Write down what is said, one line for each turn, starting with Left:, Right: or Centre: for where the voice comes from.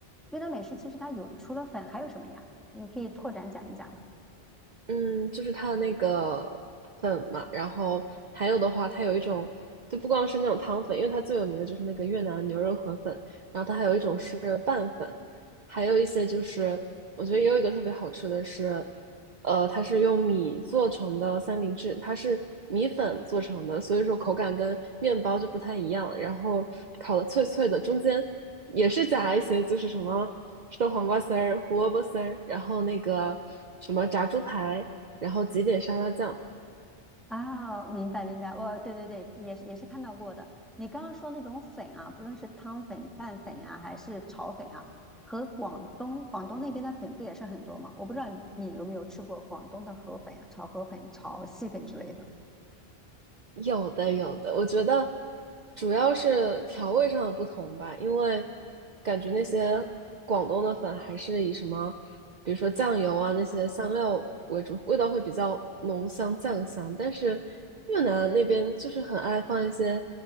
Centre: 越南美食其实它有除了粉还有什么呀？你可以拓展讲一讲吗。
Right: 嗯，就是它的那个粉嘛，然后还有的话，它有一种就不光是那种汤粉，因为它最有名的就是那个越南牛肉河粉，然后它还有一种是拌粉，还有一些就是我觉得也有一个特别好吃的是。呃，它是用米做成的三明治，它是米粉做成的，所以说口感跟面包就不太一样。然后烤的脆脆的，中间也是夹一些，就是什么生黄瓜丝儿、胡萝卜丝儿，然后那个什么炸猪排，然后挤点沙拉酱。
Centre: 啊，明白明白，我对对对，也是也是看到过的。你刚刚说那种粉啊，不论是汤粉、拌粉啊，还是炒粉啊，和广东广东那边的粉不也是很多吗？我不知道你你有没有吃过广东的河粉啊，炒河粉、炒细粉之类的。
Right: 有的有的，我觉得主要是调味上的不同吧，因为感觉那些广东的粉还是以什么，比如说酱油啊那些香料为主，味道会比较浓香酱香，但是越南那边就是很爱放一些